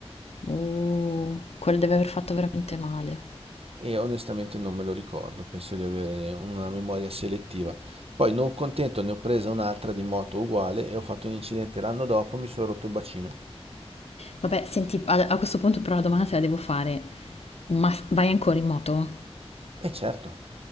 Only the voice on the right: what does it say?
E onestamente non me lo ricordo, penso di avere una memoria selettiva. Poi, non contento, ne ho presa un'altra di moto uguale e ho fatto un incidente l'anno dopo, mi sono rotto il bacino.
E certo,